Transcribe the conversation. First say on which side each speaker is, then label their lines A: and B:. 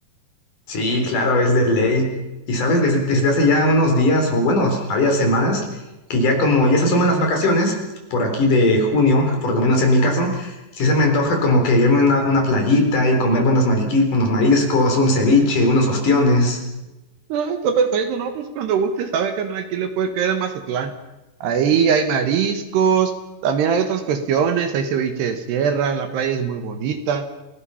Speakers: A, on the left; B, on the right.
A: Sí, claro, es de ley. Y sabes, desde, desde hace ya unos días, o bueno, varias semanas, que ya como ya se asoman las vacaciones, por aquí de junio, por lo menos en mi caso, sí se me antoja como que irme a una, una playita y comerme unos, mariqui- unos mariscos, un ceviche, unos ostiones.
B: No, está perfecto, ¿no? Pues cuando guste, sabe que no, aquí le puede caer a Mazatlán. Ahí hay mariscos, también hay otras cuestiones, hay ceviche de sierra, la playa es muy bonita.